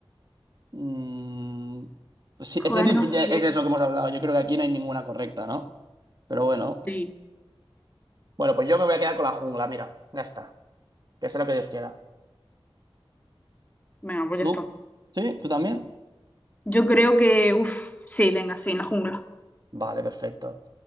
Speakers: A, on the right (about 45°); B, on the left (about 15°).
A: Mm, sí,
B: joder,
A: es, es
B: no sé.
A: eso que hemos hablado. Yo creo que aquí no hay ninguna correcta, ¿no? Pero bueno.
B: Sí,
A: Bueno, pues yo me voy a quedar con la jungla, mira. Ya está. Que sea lo que Dios quiera.
B: venga, pues
A: ¿Tú?
B: ya está.
A: ¿Sí? ¿Tú también?
B: Yo creo que, uff, sí, venga, sí, en la jungla.
A: Vale, perfecto.